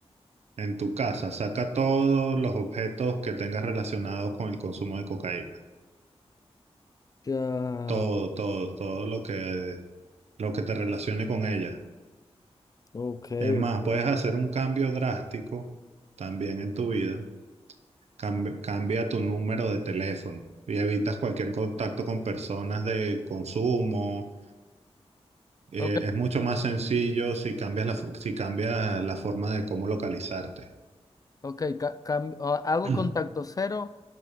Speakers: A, on the right; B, on the left.
A: en tu casa, saca todos los objetos que tengas relacionados con el consumo de cocaína,
B: Ya,
A: todo, todo, todo lo que, lo que te relacione con ella.
B: ok,
A: Es más,
B: ok.
A: puedes hacer un cambio drástico también en tu vida Cambia, cambia tu número de teléfono y evitas cualquier contacto con personas de consumo. Eh,
B: Ok,
A: es mucho más sencillo si cambias la, fo- si cambias la forma de cómo localizarte
B: ok, ca- cam- o- hago
A: <clears throat>
B: contacto cero